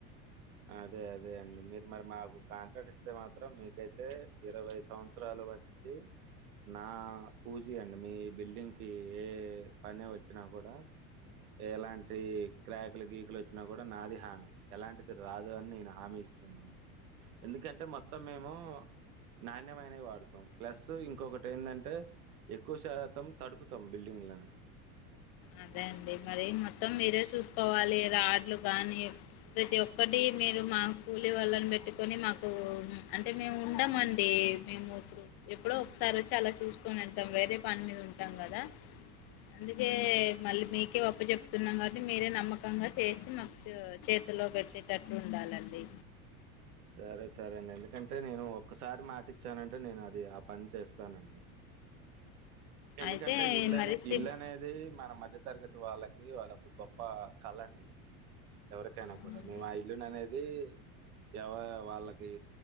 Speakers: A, on the right (about 80°); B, on the left (about 55°).
A: అదే అదే అండి మీరు మరి మాకు కాంట్రాక్ట్ ఇస్తే మాత్రం మీకైతే ఇరవై సంవత్సరాలు కాబట్టికి నా పూచి అండి మీ బిల్డింగ్కి ఏ పనే వచ్చినా కూడా ఎలాంటి క్రాకులు గీకులు వచ్చినా కూడా నాది హామీ ఎలాంటి రాదు అని నేను హామీ ఇస్తున్నాను ఎందుకంటే మొత్తం మేము నాణ్యమైనవి వాడుతాం ప్లస్ ఇంకొకటి ఏంటంటే ఎక్కువ శాతం తడుపుతాం బిల్డింగ్ ఉన్లమే
B: అంతే అండి మరి మొత్తం మీరే చూసుకోవాలి రాడ్లు గానీ ప్రతి ఒక్కటి మీరు మా కూలీ వాళ్ళని పెట్టుకొని మాకు అంటే మేము ఉండం అండి కి మేము ఎప్పుడో ఒకసారి వచ్చి అలా చూసుకొని వెద్దాం వేరే పని మీద ఉంటాం కదా అందుకే మళ్ళీ మీకే ఒప్పు చెప్తున్నాం కాబట్టి మీరే నమ్మకంగా చేసి మాకు చేతిలో పెట్టేటట్టు ఉండా డాలండీ
A: సరే సరే అండి ఎందుకంటే నేను ఒక్కసారి మాటి ఇచ్చానంటే నేను అది ఆ పని చేస్తానండి ఎందుకంటే
B: అయితే
A: ఇల్లునే
B: మరి సిప్
A: ఇల్లు అనేది మన మధ్ ధ్య తరగతి వాళ్ళకి అదొక గొప్ప కళ అండి ఎవరికైనా
B: అవునండి
A: కూడా మేము ఆ ఇల్లును అనేది ఎవ వాళ్ళకి